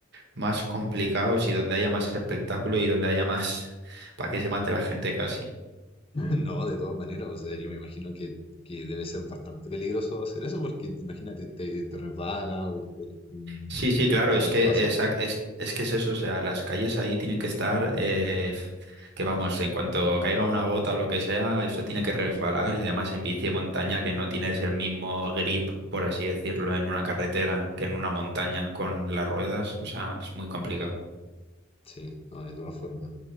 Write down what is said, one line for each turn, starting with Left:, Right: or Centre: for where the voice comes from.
Right: más complicados y donde haya más espectáculo y donde haya más <laughs> para que se mate la gente casi.
Left: <laughs> No, de todas maneras, o sea, yo me imagino que, que debe ser bastante peligroso hacer eso, porque imagínate, te, te resbala o, o un,
Right: Sí, sí, claro,
Left: un
Right: es
Left: mal
Right: que
Left: paso.
Right: esa- es, es que es eso, o sea, las calles ahí tienen que estar, eh, que vamos, en cuanto caiga una gota o lo que sea, eso tiene que resbalar y además en bici de montaña que no tienes el mismo grip, por así decirlo, en una carretera que en una montaña con las ruedas, o sea, es muy complicado.
Left: Sí, no, de todas formas.